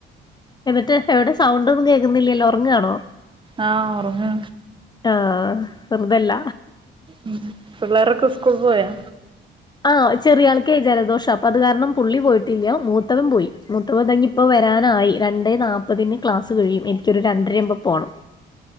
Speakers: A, on the left; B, on the right.
A: എന്നിട്ട് എവിടെ സൗണ്ടൊന്നും കേക്ക്ന്നില്ല്യ ല്ലോ ഒറങ്ങ് ആണോ
B: ആഹ് ഒറങ്ങ
A: ആഹ് വെറുതല്ല
B: ഉമ് പിള്ളേരൊക്ക സ്കൂൾ പോയാ
A: ആഹ് ചെറിയ ആൾക്കേ ജലദോഷം അപ്പൊ അത് കാരണം പുള്ളി പോയിട്ടില്ല മൂത്തവൻ പോയി മൂത്തവൻ തങ്ങി ഇപ്പം വെരാനായി രണ്ടെ നാപ്പതിന് ക്ലാസ്സ് കഴിയും എനിക്കൊരു രണ്ടരയാവുബം പോണം